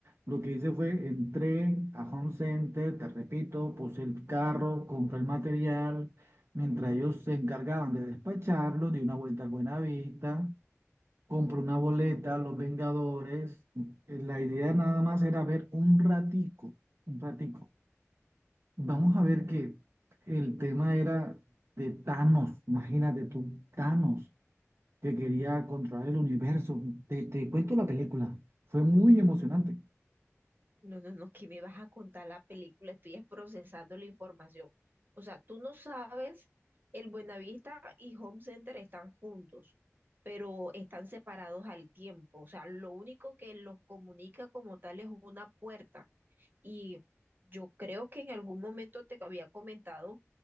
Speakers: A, on the right; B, on the right.
A: Lo que hice fue, entré a Home Center, te repito, puse el carro, compré el material, mientras ellos se encargaban de despacharlo, di una vuelta al Buenavista, compré una boleta, Los Vengadores. Eh, La idea nada más era ver un ratico, un ratico. Vamos a ver que el tema era de Thanos, imagínate tú, Thanos que quería controlar el universo. Te, te cuento la película. Fue muy emocionante.
B: No, no, no, que me vas a contar la película, estoy es procesando la información. O sea, tú no sabes, el Buenavista y Home Center están juntos, pero están separados al tiempo. O sea, lo único que los comunica como tal es una puerta. Y yo creo que en algún momento te había comentado